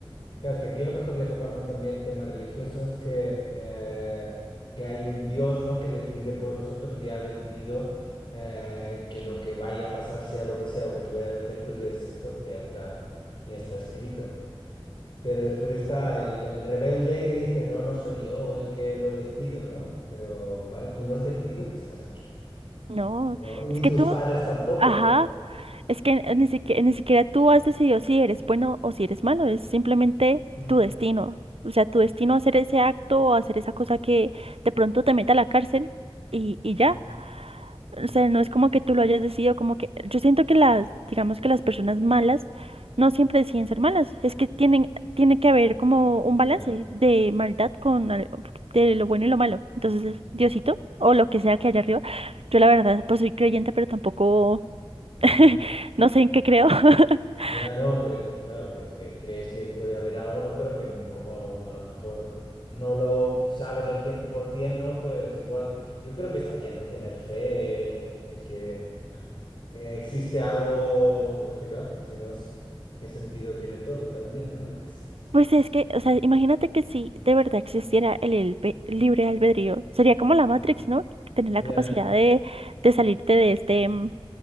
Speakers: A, on the left; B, on the right.
A: claro, es que aquí a lo mejor ya tocamos también temas religiosos que, eh, que hay un Dios, ¿no? que decide por nosotros y ha decidido eh, que lo que vaya a pasar, sea lo que sea, o que tú vayas a hacer, pues ya es esto, que ya está, ya está escrito. Pero después está el, el rebelde que dices, no, no soy yo el que lo decido, ¿no? Pero, vale, tú no has decidido que estás aquí,
B: No,
A: ¿no? Y Ni
B: es que
A: tus
B: tú,
A: padres tampoco.
B: ajá, es que ni siquiera, ni siquiera tú has decidido si eres bueno o si eres malo, es simplemente
A: Mm,
B: tu destino. O sea, tu destino hacer ese acto o hacer esa cosa que de pronto te meta a la cárcel y, y ya.
A: ujú,
B: O sea, no es como que tú lo hayas decidido, como que yo siento que las, digamos que las personas malas no siempre deciden ser malas, es que tienen, tiene que haber como un
A: Ya,
B: balance de maldad con al- de lo bueno y lo malo. Entonces,
A: mm,
B: Diosito, o lo que sea que haya arriba, yo la verdad, pues soy creyente, pero tampoco <laughs>
A: ujú.
B: no sé en qué creo. <laughs>
A: ya no, te, claro, que, que crees que puede haber algo, ¿no? Pero que no- como a lo mejor no lo sabes al 100%, ¿no? Pues igual, yo creo que está bien, ¿no? Tener fe en, en que... eh, existe algo, es que claro, si no es, ¿qué sentido tiene todo también, no? Yo qué sé, es que
B: Pues
A: es,
B: es que, o sea, imagínate que si de verdad existiera el, el pe- libre albedrío, sería como la Matrix, ¿no? Tener la
A: ya.
B: capacidad de, de salirte de este. mm,